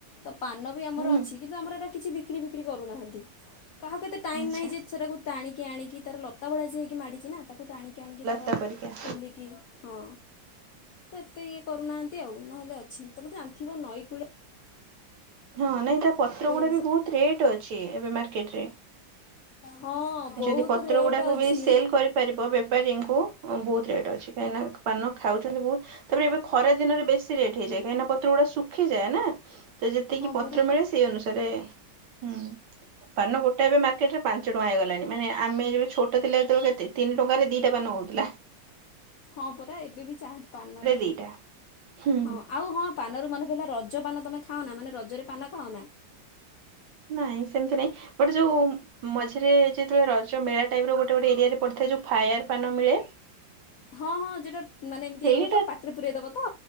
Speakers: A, on the left; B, on the right.
A: ତ ପାନ ବି ଆମର
B: ହୁଁ
A: ଅଛି କିନ୍ତୁ ଆମର ଏଇଟା କିଛି ବିକ୍ରି ଫିକ୍ରି କରୁନାହାନ୍ତି। କାହାକୁ ଏତେ ଟାଇମ
B: ଆଚ୍ଛା।
A: ନାହିଁ ଯେ ସେଟାକୁ ଟାଣି କି ଆଣିକି ତାର ଲ ଗତ ଭଳେଆ ସେ ହେଇକି ମାଡିଛି ନା ତାକୁ ତ ଆଣିକି ଆଣିକି
B: ତା ପରିକା
A: ଖୋଲିକି ହଁ ତ ଏତେ ଇଏ କରୁନାହାନ୍ତି ଆଉ ନହେଲେ ଅଛି ତମେ ଜାଣିଥିବ ନଈ କୂଳ
B: ହଁ ନାଇଁ ତା ପତ୍ର ଗୁଡା
A: ଏସବୁ।
B: ବି ବହୁତ ରେଟ୍ ଅଛି ଏବେ ମା ର୍କେଟ ରେ।
A: ହଁ ବହୁତ
B: ଯଦି ପତ୍ର
A: ରେଟ୍
B: ଗୁଡାକୁ
A: ଅଛି
B: ବି ସେଲ କରିପାରିବ ବେପାରୀଙ୍କୁ ଓ ବହୁତ ରେଟ୍ ଅଛି କାହିଁକିନା ପାନ ଖାଉଛନ୍ତି ବହୁତ ତାପରେ ଏବେ ଖରା ଦିନରେ ବେଶୀ ରେଟ୍ ହେଇଯାଏ କାହିଁକିନା ପତ୍ର ଗୁଡା ଶୁଖଯାଏ ନା ତ ଯେତିକି
A: ହଁ
B: ପତ୍ର
A: ପରା
B: ମିଳେ ସେ ଅନୁସ ରେ ହୁଁ ପାନ ଗୋଟେ ଏବେ ମାର୍କେଟରେ ପାଞ୍ଚ ଟଙ୍କା ହେଇଗଲାଣି ମାନେ ଆମେ ଯେବେ ଛୋଟ ଥିଲେ ଯେତେବେଳେ କେତ ତିନି ଟଙ୍କାରେ ଦି ଟଙ୍କା ନଉଥିଲା।
A: ହଁ ପୁରା ଏବେ ବି ଚା ପାନର
B: ଦିଟା ହୁଁ
A: ହଁ ଆଉ ହଁ ପାନରୁ ମନେ ପିଲା ରଜ ରଜ ପାନ ତମେ ଖାଅ ନା ମାନେ ରଜରେ ପାନ ଖାାଉନା
B: ନାଇଁ ସେମିତି ନାଇଁୋଟେ ଯୋଉ ମଝିରେ ଯେତେବେଳେ ରଜ ମେଳା ଟାଇପ ର ଗୋଟେ ଗୋଟେ ଏରିଆରେ ପଡିଥାଏ ଯୋଉ ଫାୟାର ପାନ ମିଳେ
A: ହଁ ହଁ ଯେଟା ମାନେ ଏମିତି
B: ସେଇଟା
A: ଇଏ କଦ ପାଟିରେ ପୁର ଦବ ତ